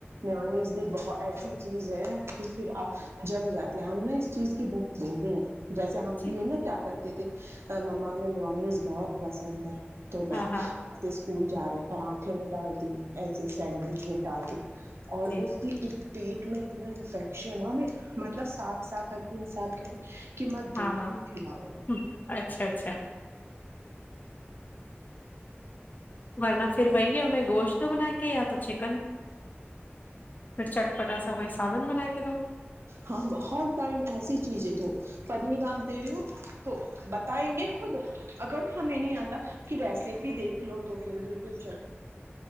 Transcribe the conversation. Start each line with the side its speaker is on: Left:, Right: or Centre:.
Right: ن بہت ایسی چیز ہے کہ پھر آ جم جاتی ہیں ہم نہا اس چیز کی بکت بوگی ہیں جیسے ہم
Left: جی
Right: یہ نا کیا کرتے ج تھ <unintelligible> مما میں میونیز بہت پسند ہے
Left: ہاں
Right: <inaudible>
Left: ہاں
Right: اسکول جا رہے پراٹھے نہیں ڈال دی ایسے سینڈوچ نہیں ڈال دی اور
Left: جی
Right: اس کی پیٹ میں اتنا انفیکشن ہوا مطلب صاف صاف رکھےساب کہ ماں دوپوت
Left: ہاں ہاں
Right: پھیلا ہوئے نے
Left: ہوں، اچھا اچھا ورنہ پھر وہی ہے انہیں گوشت بنا کے یا تو چھ چٹپٹا سا کوئی سالن بنا کے دو
Right: ہاں بہت ٹائم ایسی چیز ہے پنیر آپ دے رہے ہو تو بتائیں گے خود اگر نا ہمیں نہیں آتا کہ ریسیپی دیکھ لو تو پھر یوٹیوب چل